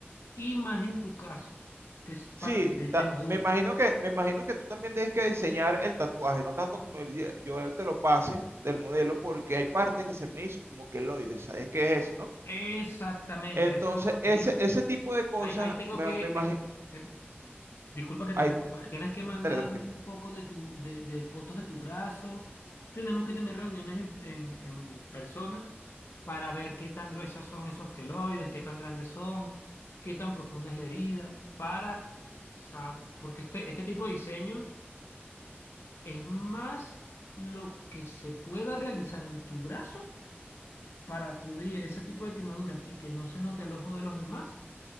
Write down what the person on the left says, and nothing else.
Y más en tu caso, que es para
cubrir
quemaduras.
Exactamente,
a eso es a lo que
iba.
Ahí, ahí tengo
que,
ten- ten- Disculpa que
te interrumpa. Tienes que mandarme
un poco de tu, de, de fotos de tu brazo. Tenemos que tener reuniones en, en- en persona para ver qué tan gruesas son esos queloides, qué tan grandes son, qué tan profunda es la herida, para sab- porque este, este tipo de diseño es más lo que se pueda realizar en tu brazo para cubrir ese tipo de quemaduras y que no se note al ojo de los demás